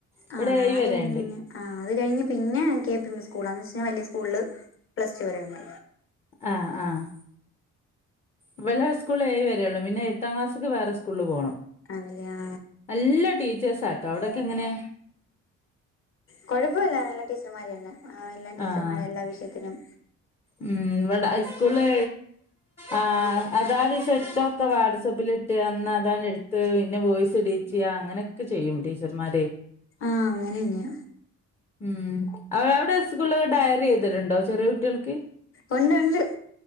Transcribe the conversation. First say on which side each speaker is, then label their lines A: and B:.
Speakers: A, on the left (about 20°); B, on the left (about 45°).
A: ഇവടെ
B: ആഹ് നാല്
A: ഏഴ് വരേണ്ട്
B: കഴിഞ്ഞ് പിന്നെ ആഹ് അത് കഴിഞ്ഞ് പിന്നെ കെ പി എം സ്കൂളാണ് പഷേ വല്ല്യ സ്കൂള് പ്ലസ് ടു വരെഉണ്ട്
A: ആഹ് ആഹ് ഇവലെ സ്കൂള് ഏഴ് വരെയുള്ളൂ പിന്നെ എട്ടാംക്ലാസ്സിക്ക് വേറെസ്കൂളില് പോണം
B: അങ്ങനെയാ
A: നല്ലാ ടീച്ചേഴ്സാട്ടോ അവിടൊക്കെ എങ്ങനെയാ
B: കൊഴപ്പവില്ല നല്ല ടീച്ചർമാരിയന്നെ എല്ലാ ടീച്ചർമാരും
A: ആഹ്
B: എല്ലാവിഷയത്തിനും
A: ഉം ഇവിടെ ഹൈസ്കൂള് ആഹ് അതാത് സെറ്റൊക്കെ വാട്സാപ്പിലിട്ട് അന്ന് അതാണ്എടുത്ത് പിന്നെ വോയിസ്ഇടി ചെയ്യാ അങ്ങനെയൊക്കെ ചെയ്യും ടീച്ചർമാരെ
B: ആഹ് അങ്ങനെന്നെയ
A: ഉം അവടെ സ്കൂളിലൊക്കെ ഡയറിഎഴ്തലുണ്ടോ ചെറിയകുട്ടികൾക്ക്
B: ഒണ്ട് ഒണ്ട്